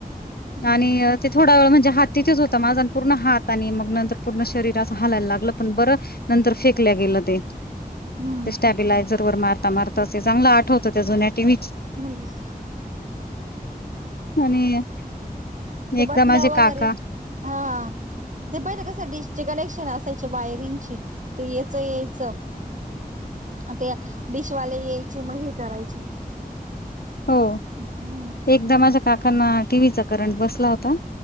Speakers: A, on the right (about 55°); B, on the left (about 80°).
A: हम्म
B: आणि ते थोडा वेळ म्हणजे हात तिथेच होता माझण पूर्ण हात. आणि मग नंतर पूर्ण शरीर असं हलायला लागलं पण बरं नंतर फेकल्या गेलं ते.
A: ह.
B: ते स्टॅबिलायझर वर मारता मारता असे चांगलं आठवतं त्या जुन्या टीव्.
A: <inaudible> ते
B: आणि एकदा
A: बटण
B: माझे
A: वगैरे
B: काका
A: हा. ते पहिले कसं डिशचे कनेक्शन असायचे वायरिंगचे ते याचं यायचं. आता डिशवाले यायचे मग हे करायचे.
B: हो.
A: हा.
B: एकदा माझ्या काकांना टीव्हीचा करंट बसला होता